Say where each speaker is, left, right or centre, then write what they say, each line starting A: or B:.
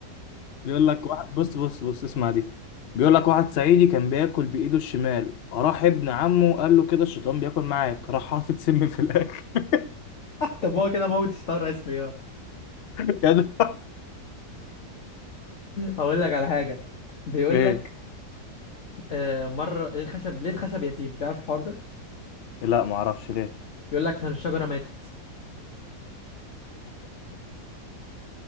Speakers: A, on the left; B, on the left.
A: بيقول لك واحد بص بص بص اسمع دي بيقول لك واحد صعيدي كان بياكل بايده الشمال راح ابن عمه قال له كده الشيطان بياكل معاك راح حاطط سم في الاكل
B: طب ما هو كده موت اشتهر اسمي اه
A: <laughs> يا ده
B: اقول لك على حاجه بيقول
A: ايه
B: لك آه، مره ليه الخشب ليه الخشب يتيم تعرف الحوار ده
A: لا ما اعرفش ليه
B: بيقول لك عشان الشجره ماتت